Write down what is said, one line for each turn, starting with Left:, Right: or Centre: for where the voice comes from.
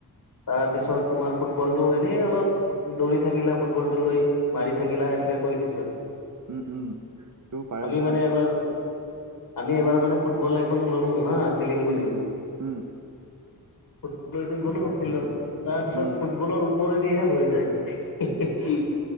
Left: তাৰপিছত তোমাৰ ফুটবলতটো এনেই অলপ। দৌৰি থাকিলা ফুটবল টো লৈ মাৰি থাকিলা এনেকাে কৰি থাকিবা।
Right: উম উম। সেইটো পাৰা
Left: আমি
Right: যায়
Left: মানে এবাৰ আমি এবাৰ মানে ফুটবল এখন ললো হা খেলিম বুলি।
Right: উম।
Left: ফুটবলটো গ'লো ফিল্ডত তাৰ পিছত
Right: উম
Left: ফুটবলৰ <unintelligible> পৰেদিহে বৰি যায়